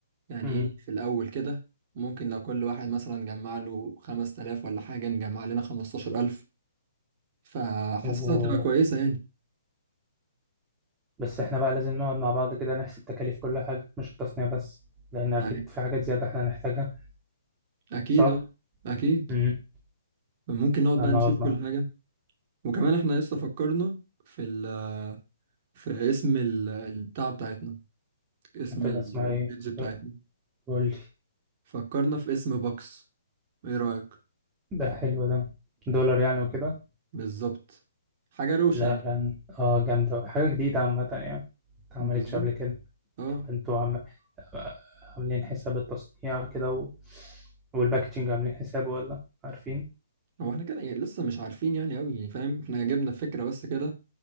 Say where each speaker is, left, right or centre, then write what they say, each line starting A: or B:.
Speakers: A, on the right; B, on the right.
A: يعني
B: أمم،
A: ايه في الأول كده ممكن لو كل واحد مثلا جمع له 5000 ولا حاجة نجمع لنا 15000 فحاسسها
B: و...
A: هتبقى كويسة يعني
B: بس إحنا بقى لازم نقعد مع بعض كده نحسب تكاليف كل حاجة مش التصنيع بس لأن أكيد
A: يعني
B: في حاجات زيادة إحنا هنحتاجها
A: أكيد
B: صح؟
A: اه أكيد
B: أمم،
A: ممكن نقعد
B: فنقعد
A: بقى نشوف كل
B: مع
A: حاجة وكمان احنا لسه فكرنا في ال... في اسم ال- البتاع بتاعتنا اسم
B: هتبقى
A: ال-
B: اسمها
A: البيج
B: إيه؟
A: بتاعتنا
B: قول لي
A: فكرنا في اسم بوكس ايه رأيك
B: ده حلو ده دولار يعني وكده
A: بالظبط حاجة روشة
B: لا
A: يعني
B: لا اه جامدة حاجة جديدة عامة يعني متعملتش
A: بالظبط
B: قبل كده
A: اه
B: طب انتوا عم... آه، عاملين حساب التصنيع كده و... والباكجينج عاملين حسابه ولا عارفين
A: هو احنا كده يعني لسه مش عارفين يعني قوي يعني فاهم احنا جبنا الفكرة بس كده